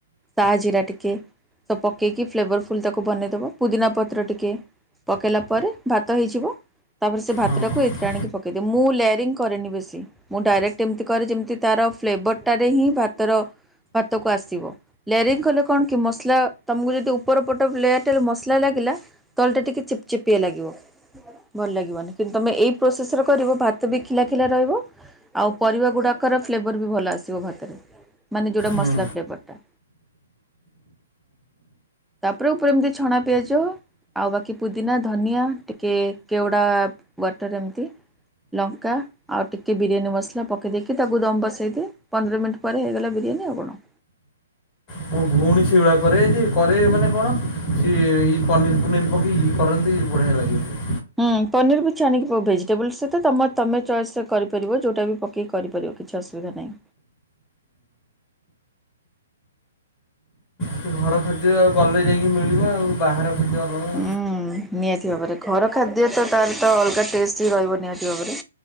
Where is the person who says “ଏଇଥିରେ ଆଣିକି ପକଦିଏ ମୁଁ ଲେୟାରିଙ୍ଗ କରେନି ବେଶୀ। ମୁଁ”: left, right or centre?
Centre